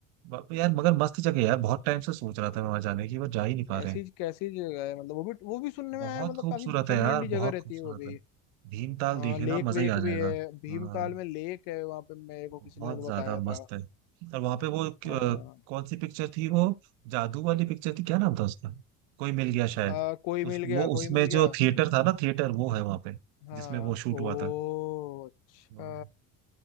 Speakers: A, on the right; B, on the left.
A: ब- यार मगर मस्त जगह है यार बहुत टाइम से सोच रहा था मैं वहां जाने की बट जा ही नहीं पा
B: कैसी
A: रहे हैं
B: कैसी जगह है मतलब वो भी वो भी सुनने में
A: बहुत
B: आया है, मतलब
A: खूबसूरत
B: काफी ठंडी
A: है यार
B: ठंडी जगह
A: बहुत
B: रहती
A: खूबसूरत
B: है वो भी
A: है भीमताल
B: हाँ
A: देखे
B: लेक
A: ना मजा
B: वेक
A: ही आ
B: भी
A: जाएगा
B: है भीमताल
A: हाँ
B: में लेक है वहां पे मेरे को किसी
A: बहुत
B: ने तो
A: ज्यादा
B: बताया
A: मस्त
B: था
A: है और वहां पे वो
B: हाँ
A: क- अ, कौन सी पिक्चर थी वो जादू वाली पिक्चर थी क्या नाम था उसका कोई मिल गया शायद
B: आ, कोई मिल
A: उस
B: गया
A: वो उसमें
B: कोई मिल
A: जो
B: गया
A: थिएटर था ना थिएटर वो है वहां पे
B: हाँ
A: जिसमें वो शूट
B: ओ
A: हुआ था
B: अच्छा
A: हाँ,